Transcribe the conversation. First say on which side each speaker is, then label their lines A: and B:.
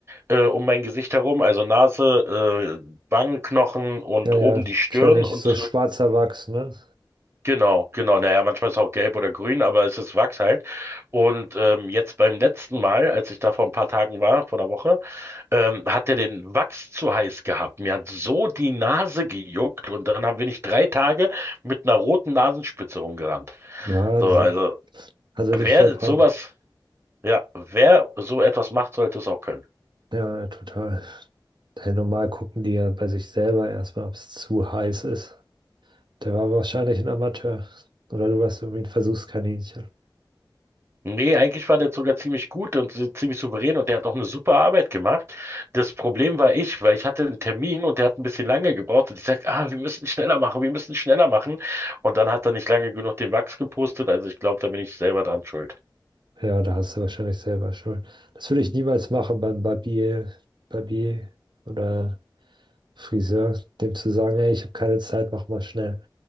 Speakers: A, on the right; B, on the right.
A: äh, um mein Gesicht herum, also Nase, äh, Wangenknochen und
B: Ja,
A: oben
B: ja,
A: die Stirn
B: kenne ich.
A: und
B: So schwarzer Wachs, ne?
A: Genau, genau. Naja, manchmal ist es auch gelb oder grün, aber es ist Wachs halt. Und ähm, jetzt beim letzten Mal, als ich da vor ein paar Tagen war, vor einer Woche, ähm, hat er den Wachs zu heiß gehabt. Mir hat so die Nase gejuckt und dann haben wir nicht drei Tage mit einer roten Nasenspitze rumgerannt.
B: Wahnsinn.
A: So, also
B: Also
A: wer
B: dich verbrannt.
A: sowas, ja, wer so etwas macht, sollte es auch können.
B: Ja, ja, total. Hey, normal gucken die ja bei sich selber erstmal, ob es zu heiß ist. Der war wahrscheinlich ein Amateur. Oder du warst irgendwie ein Versuchskaninchen.
A: Nee, eigentlich war der sogar ziemlich gut und so- ziemlich souverän und der hat auch eine super Arbeit gemacht. Das Problem war ich, weil ich hatte einen Termin und der hat ein bisschen lange gebraucht und ich sag, ah, wir müssen schneller machen, wir müssen schneller machen. Und dann hat er nicht lange genug den Wachs gepostet, also ich glaube, da bin ich selber dran schuld.
B: Ja, da hast du wahrscheinlich selber Schuld. Das würde ich niemals machen beim Barbier, Barbier oder Friseur, dem zu sagen, ey, ich habe keine Zeit, mach mal schnell.